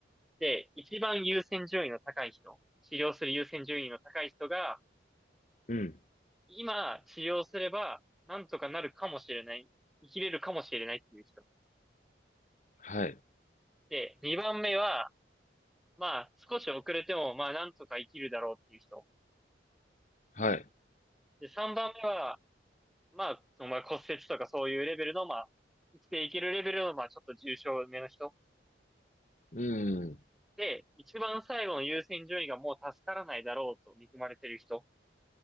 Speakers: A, in the centre; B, on the left.
A: で、一番優先順位の高い人、治療する優先順位の高い人が、
B: うん。
A: 今治療すれば、なんとかなるかもしれない、生きれるかもしれないっていう人。
B: はい。
A: で、二番目は、まあ、少し遅れても、まあ、なんとか生きるだろうっていう人。
B: はい。
A: で、三番目は、まあ、そのまあ骨折とかそういうレベルの、まあ、生きていけるレベルの、まあ、ちょっと重症めの人。
B: うん。
A: で、一番最後の優先順位がもう助からないだろうと見込まれてる人